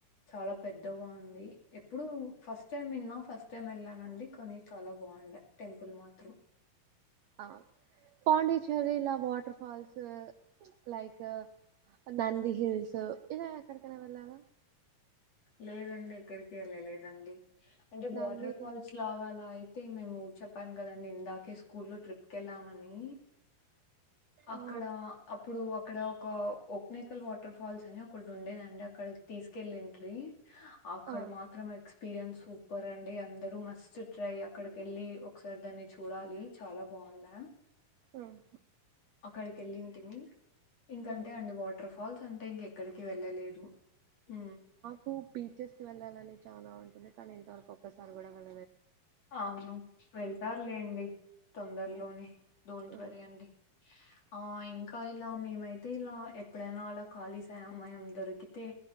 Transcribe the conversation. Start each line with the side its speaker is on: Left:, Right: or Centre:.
Left: చాలా పెద్దగా ఉంది ఎప్పుడు ఫస్ట్ టైం విన్నా ఫస్ట్ టైం వెళ్ళానండి కొనీ చాలా బాగుండే టెంపుల్ మాత్రం
Right: ఆ పాండీఛేరి ల water falls like Nandi hills ఇలా క్కడికైనా వెళ్ళర
Left: లేదండి ఎక్కడికి వెళ్ళలేదండి అంటే
Right: నంది
Left: వాటర్ ఫాల్స్ లాగా అలా అయి అయితే మేము చెప్పాను కదండి ఇందాకే స్కూల్ లో ట్రిప్ కెళ్ళామని అక్కడ
Right: ఆ
Left: అప్పుడు ఇక్కడ ఒక ఓక్నేకల్ వాటర్ ఫాల్స్ అని ఒకటి ఉండేదండి అక్కడ తీసుకెళ్ళ ద్రి ఆక్కడ
Right: ఆ
Left: మాత్రమ ఎక్స్పీరియన్స్ సూపర్ అండి అందరు మస్ట్ ట్రై అక్కడికి వెళ్ళి ఒకసారి దాన్ని చూడాలి చాలా బాగున్నాయి
Right: ఉమ్
Left: అక్కడికి వెళ్ళింటిమీ ఇంకంతే
Right: ఉమ్
Left: అండి వాటర్ఫాల్ కాల్స్ ఉంటే ఇంక ఎక్కడికి వెళ్ళలేదు ఊ
Right: కు బీచెస్ కి వెళ్ళాలని చాలా కానీ ఇంతవరకు ఒక్కసారి కూడా వే
Left: అవును వెళ్తారులేండి తొందరలోనే
Right: ఉమ్
Left: డోంట్
Right: ఉమ్
Left: వరి అండి ఆ ఇంకా ఇలా మేమైతే ఇలా ఎప్పుడైనా అలా ఖాళీ సమయం దొరికితే